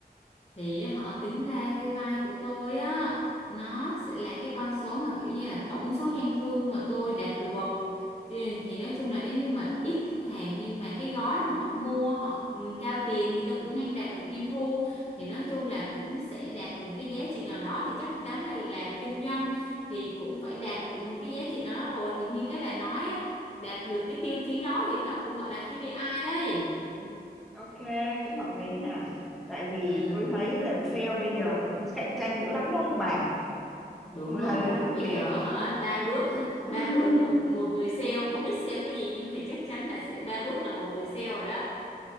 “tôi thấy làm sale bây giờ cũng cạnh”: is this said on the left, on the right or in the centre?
Centre